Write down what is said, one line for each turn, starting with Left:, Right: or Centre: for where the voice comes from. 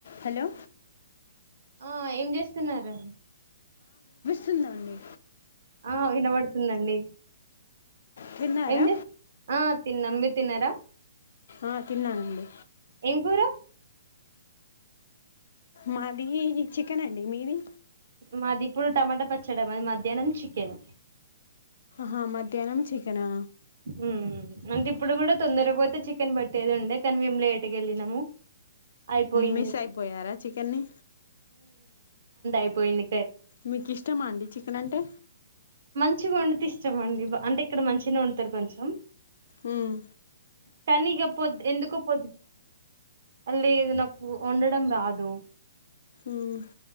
Left: Hello
Right: ఆ ఏం చేస్తున్నారు
Left: స్తుందండి
Right: ఆ వినబడుతుందండి
Left: తిన్నారా
Right: ఏం చేస్త హ తినం మీరు తినరా
Left: ఆ తిన్నానండి
Right: ఏం కూర
Left: మాది చికెన్ అండి మీది
Right: మాది ఇప్పుడు టమాటా పచ్చడి అది మధ్యాహ్నం చికెన్
Left: హ మధ్యాహ్నం చికెనా
Right: ఉ అంటే ఇప్పుడు కూడా తొందర పోతే చికెన్ బట్టేది ఉండే కానీ మేము లేట్గా వెళ్ళినాము అయిపోయింది
Left: మిస్ అయిపోయారా చికెన్ని
Right: ఐపోంది
Left: మీకు ఇష్టమా అండి చికెన్ అంటే.
Right: మంచిగా వండితే ఇష్టామ అండి అంటే ఇక్కడ మంచిగా వడుతారు కొంచెం.
Left: ఉమ్
Right: కానీ ఇగ పొద్ ఎందుకో పొద్ లేదు నా కు ఓండడం రాదు.
Left: ఉమ్